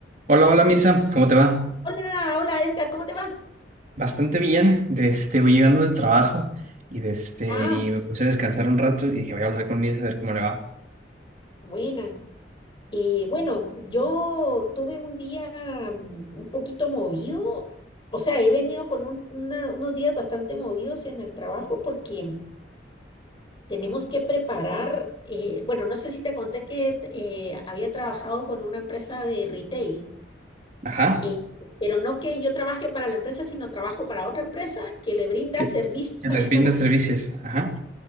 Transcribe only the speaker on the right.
Hola, hola Mirza, ¿cómo te va?
Bastante bien, de este, voy llegando del trabajo y, de este,
y me puse a descansar un rato y dije voy a hablar con Mirza a ver cómo le va.
Ajá,
¿qué?
El perfil
de servicios, ajá,